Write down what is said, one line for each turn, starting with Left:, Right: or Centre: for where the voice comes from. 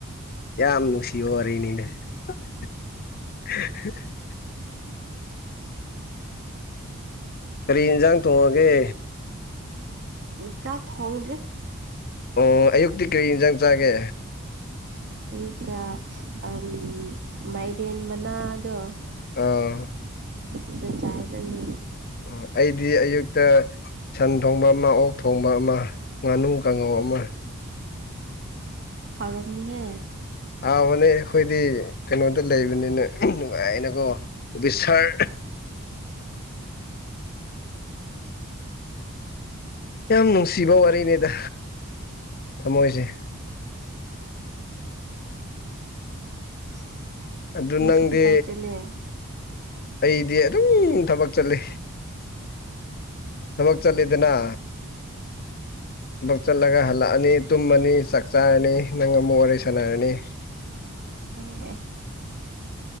Left: ꯌꯥꯝ ꯅꯨꯡꯁꯤꯕ ꯋꯥꯔꯤꯅꯤꯅꯦꯍ <unintelligible> ꯀꯔꯤ ꯌꯦꯟꯁꯥꯡ ꯊꯣꯡꯉꯒꯦ
Right: ꯎꯝ ꯆꯥꯛ ꯊꯣꯡꯗ꯭ꯔꯤ
Left: ꯑꯣ ꯑꯌꯨꯛꯇꯤ ꯀꯔꯤ ꯏꯟꯁꯥꯡ ꯆꯥꯒꯦ
Right: ꯑꯌꯨꯛꯇ ꯑꯝ ꯃꯥꯏꯔꯦꯟ ꯃꯅꯥꯗꯣ
Left: ꯑꯥ
Right: ꯑꯗꯨ ꯆꯥꯏꯌꯦ ꯅꯪꯗꯤ
Left: ꯎꯝ ꯑꯩꯗꯤ ꯑꯌꯨꯛꯇ ꯁꯟ ꯊꯣꯡꯕ ꯑꯃ ꯑꯣꯛ ꯊꯣꯡꯕ ꯑꯃ ꯉꯥꯅꯨ ꯀꯥꯡꯉꯧ ꯑꯃ
Right: ꯍꯥꯎꯔꯝꯅꯤꯍꯦ
Left: ꯍꯥꯎꯕꯅꯦ ꯑꯩꯈꯣꯏꯗꯤ ꯀꯩꯅꯣꯗ ꯂꯩꯕꯅꯤꯅꯦ ꯅꯨꯡꯉꯥꯏꯅꯀꯣ ꯑꯣꯐꯤꯁꯥꯔ ꯌꯥꯝ ꯅꯨꯡꯁꯤꯕ ꯋꯥꯔꯤꯅꯦꯗ ꯊꯝꯃꯣꯏꯁꯤ
Right: <unintelligible>
Left: ꯑꯗꯨ
Right: ꯉꯁꯤꯗꯤ
Left: ꯅꯪꯗꯤ
Right: ꯀꯥꯏ ꯆꯠꯂꯦ
Left: ꯑꯩꯗꯤ ꯑꯗꯨꯝ ꯊꯕꯛ ꯆꯠꯂꯤ ꯊꯕꯛ ꯆꯠꯂꯦꯗꯅ ꯊꯕꯛ ꯆꯠꯂꯒ ꯍꯜꯂꯛꯑꯅꯤ ꯇꯨꯝꯃꯅꯤ ꯆꯥꯛ ꯆꯥꯔꯅꯤ ꯅꯪꯒ ꯑꯃꯨꯛ ꯋꯥꯔꯤ ꯁꯥꯟꯅꯔꯅꯤ
Right: ꯑꯦꯑꯦꯑꯦꯍ